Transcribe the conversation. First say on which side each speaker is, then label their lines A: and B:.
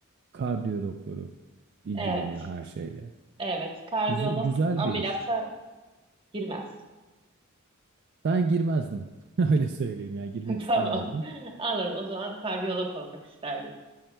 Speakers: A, on the right (about 50°); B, on the right (about 25°).
A: kardiyo doktoru ilgileniyor
B: Evet.
A: her şeyle.
B: Evet. Kardiyolog
A: Güzel, güzel
B: ameliyata
A: bir iş.
B: girmez.
A: Ben girmezdim. <laughs> Öyle söyleyeyim ya girmek
B: <laughs> Tamam.
A: istemezdim.
B: Anladım. O zaman kardiyolog olmak isterdim.